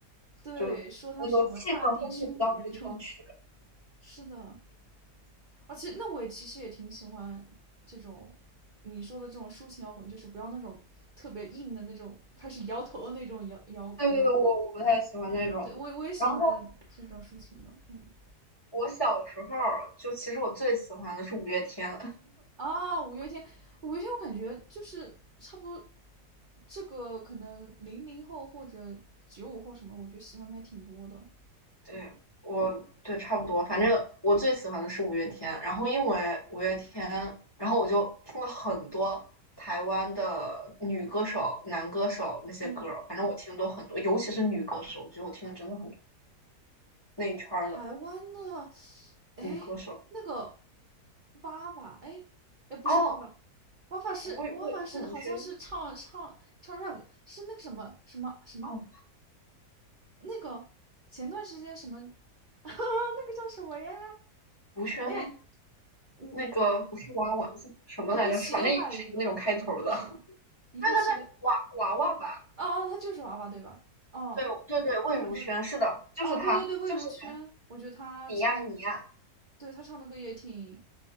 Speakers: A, on the right; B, on the left.
A: 对，
B: 就那个气氛烘托不到那个地方去。
A: 说他是什么大地之母那种，<laughs> 是的，而且那我也其实也挺喜欢这种你说的这种抒情摇滚，就是不要那种特别硬的那种开始摇头的那种摇摇摇滚，
B: 对对对，我我不太喜欢那种。
A: 对我我也喜欢这种抒情的，
B: 然后
A: 嗯。
B: 我小时候就其实我最喜欢的是五月天。
A: 啊，五月天，五月天，我感觉就是差不多这个可能零零后或者九五后什么，我觉得喜欢的还挺多的。
B: 对，我对差不多，反正我最喜欢的是五月天，然后因为五月天，然后我就听了很多台湾的女歌手、男歌手那些歌儿，
A: 嗯，
B: 反正我听的都很多，尤其是女歌手，我觉得我听的真的很多，那一圈儿的
A: 台湾的，哎，
B: 女歌手。
A: 那个娃娃，哎，哎，不是娃娃，
B: 哦，
A: 娃娃是娃娃是好像是唱唱唱
B: 魏魏魏如萱，
A: rap 的，是那个什么什么什么
B: 哦，
A: 那个前段时间什么 <laughs>，那个叫什么呀？
B: 如萱吗？
A: 哎呀，我
B: 那个不是娃娃是什么来着？
A: 一个齐刘海的一个女歌手，
B: 反正也是一个那种开头儿的。<laughs>
A: 一个齐刘，
B: 对对对，娃娃娃吧？
A: 哦哦，她就是娃娃对吧？哦，
B: 对对对，魏如萱，
A: 对，我觉得
B: 是的，就是她，
A: 哦，对对对，魏如萱，
B: 就是她，
A: 我觉得她唱的，
B: 你呀你呀。
A: 对她唱的歌也挺，